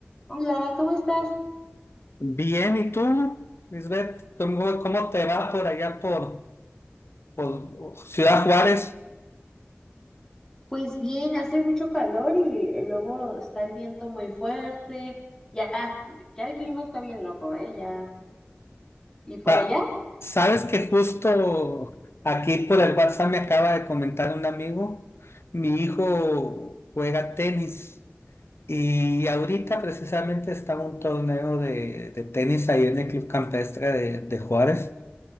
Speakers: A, on the left; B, on the left.
A: Hola, ¿cómo estás?
B: Bien, ¿y tú, Lisbeth? ¿Cómo, cómo te va por allá por, por Ciudad Juárez?
A: Pues bien, hace mucho calor y eh, luego está el viento muy fuerte. Ya, ya el clima está bien loco, ¿eh? Ya. Y por
B: Pa-
A: allá,
B: Sabes que justo aquí por el WhatsApp me acaba de comentar un amigo, mi hijo juega tenis y ahorita precisamente está un torneo de, de tenis ahí en el Club Campestre de, de Juárez.